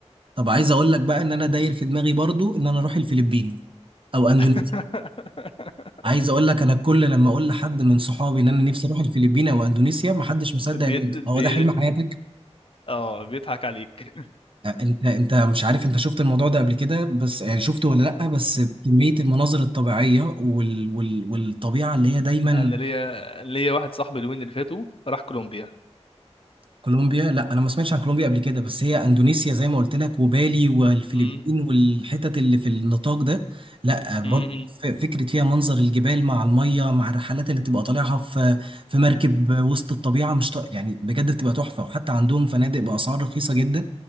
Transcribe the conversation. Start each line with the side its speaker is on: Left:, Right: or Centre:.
Right: طب عايز اقول لك بقى ان انا داير في دماغي برضو ان انا اروح الفلبين او اندونيسيا
Left: <laughs>
Right: عايز اقول لك انا كل لما اقول لحد من صحابي ان انا نفسي اروح الفلبين او اندونيسيا محدش مصدق
Left: بيت
Right: ان
Left: بي...
Right: هو ده حلم حياتك
Left: اه بيضحك عليك
Right: آه، انت انت مش عارف انت شفت الموضوع ده قبل كده بس يعني شفته ولا لا بس كميه المناظر الطبيعيه وال... وال... والطبيعه اللي هي دايما
Left: انا ليا ليا واحد صاحبي الوين اللي فاتوا راح كولومبيا
Right: كولومبيا لا انا ما سمعتش عن كولومبيا قبل كده بس هي اندونيسيا زي ما قلت لك وبالي والفلبين
Left: امم
Right: والحتت اللي في النطاق ده لا برضه
Left: امم
Right: ف- فكره فيها منظر الجبال مع الميه مع الرحلات اللي بتبقى طالعها في في مركب وسط الطبيعه مش ط... يعني بجد بتبقى تحفه وحتى عندهم فنادق باسعار رخيصه جدا